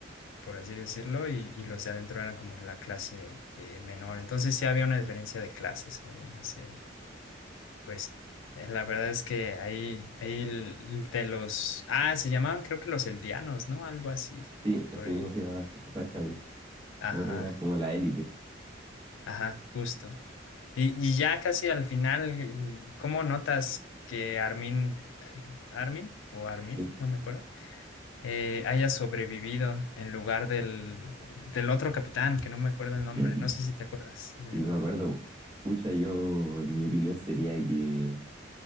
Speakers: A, on the left; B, on the right.
A: por así decirlo, y, y los de adentro eran como que la clase eh, menor. Entonces sí había una diferencia de clases ahí en la serie. Pues eh, la verdad es que ahí, ahí l- de los, ah, se llamaban creo que los eldianos, ¿no? Algo así,
B: Sí, así
A: por ahí.
B: mismo se llamaban, exactamente.
A: Ajá,
B: Los otros eran como la élite,
A: ajá, justo. Y, y ya casi al final, eh, ¿cómo notas que Armin, Armin o Armin,
B: ¿sí?
A: no me acuerdo, eh, haya sobrevivido en lugar del, del otro capitán, que no me acuerdo el nombre,
B: <clears throat>
A: no sé si te acuerdas, del...
B: Y me acuerdo, pucha, yo, en mi opinión sería que